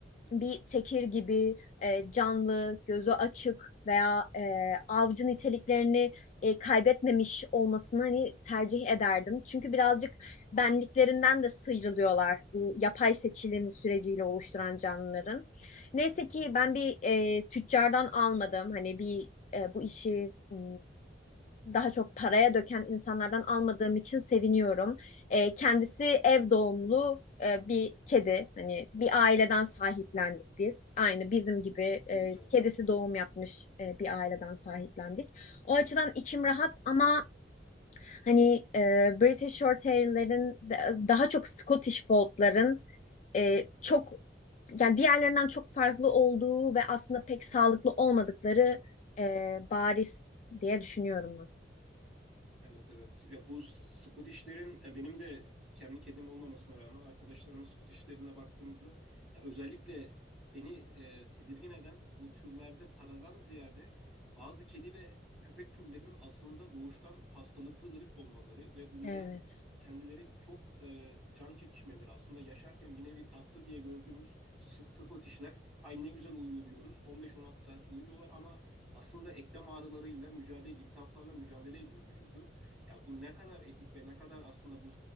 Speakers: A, on the left; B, in the centre.
A: bir tekir gibi e, canlı, gözü açık veya e, avcı niteliklerini e, kaybetmemiş olmasını hani tercih ederdim. Çünkü birazcık benliklerinden de sıyrılıyorlar bu yapay seçilim süreciyle oluşturan canlıların. Neyse ki ben bir e, tüccardan almadım. Hani bir e, bu işi m, daha çok paraya döken insanlardan almadığım için seviniyorum. E, kendisi ev doğumlu e, bir kedi. Hani bir aileden sahiplendik biz. Aynı bizim gibi e,
B: ne güzel.
A: kedisi doğum yapmış e, bir aileden sahiplendik. O açıdan içim rahat ama hani e, British Shorthair'lerin da- daha çok Scottish Fold'ların e, çok yani diğerlerinden çok farklı olduğu ve aslında pek sağlıklı olmadıkları e, bariz diye düşünüyorum ben.
B: Evet evet. Ya bu S- Scottish'lerin e, benim de kendi kedim olmamasına rağmen arkadaşlarımın Scottish'lerine baktığımızda ya özellikle beni e, tedirgin eden bu türlerde paradan ziyade bazı kedi ve köpek türlerinin aslında doğuştan hastalıklı ırık olmaları ve bunların
A: Evet,
B: kendileri çok e, can çekişmeleri aslında yaşarken bir nevi tatlı diye gördüğümüz S- Scottish'ler ay ne güzel uyuyor diyoruz. 15-16 saat uyuyorlar ama aslında eklem ağrılarıyla mücadele, iltihaplarla mücadele ediyor vücudu. Ya bu ne kadar etik ve ne kadar aslında bu